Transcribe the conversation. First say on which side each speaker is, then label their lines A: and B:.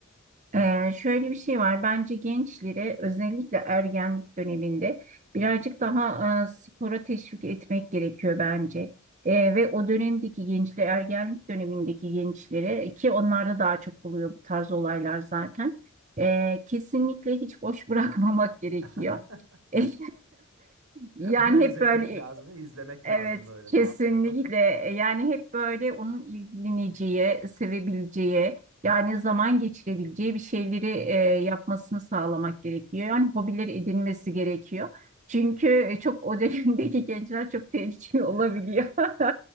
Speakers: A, on the right; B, on the right.
A: Ee, şöyle bir şey var. Bence gençlere özellikle ergenlik döneminde birazcık daha e, spora teşvik etmek gerekiyor bence. E, ve o dönemdeki gençler, ergenlik dönemindeki gençlere ki onlarda daha çok oluyor bu tarz olaylar zaten. e, kesinlikle hiç boş bırakmamak gerekiyor.
B: <laughs>
A: <laughs> Yani
B: Analiz
A: hep
B: etmek
A: böyle
B: lazım değil mi? İzlemek
A: Evet,
B: lazım böyle
A: kesinlikle.
B: ne yapıyor?
A: E, Yani hep böyle onun ilgileneceği, sevebileceği, yani zaman geçirebileceği bir şeyleri e, yapmasını sağlamak gerekiyor.
B: <laughs>
A: Yani
B: Kesinlikle.
A: hobileri edinmesi gerekiyor. Çünkü e, çok o dönemdeki gençler çok tehlikeli olabiliyor.
B: <laughs>
A: <laughs>